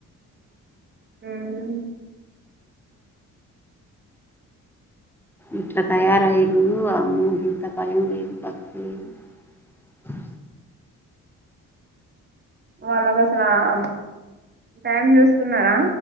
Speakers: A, on the right; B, in the centre.
A: ఉహా
B: ఇట్లా తయారయ్యారు అమ్మో ఇంత భయం లేదు భక్తి లేదు ఆ
A: వాళ్ళకి అసల ఆ టైం చూస్తున్నారా